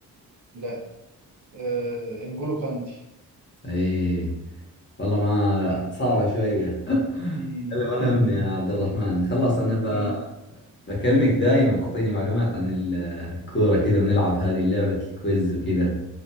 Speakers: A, on the right; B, on the left.
A: لا آه، إنجولو كانتي
B: إي والله ما صعبة شوية <laughs>
A: مم.
B: المهم
A: <laughs>
B: يا عبد الرحمن خلاص أنا ب...
A: مم.
B: بكلمك دايما تعطيني معلومات عن الكورة كذا ونلعب هذه اللعبة الكويز وكذا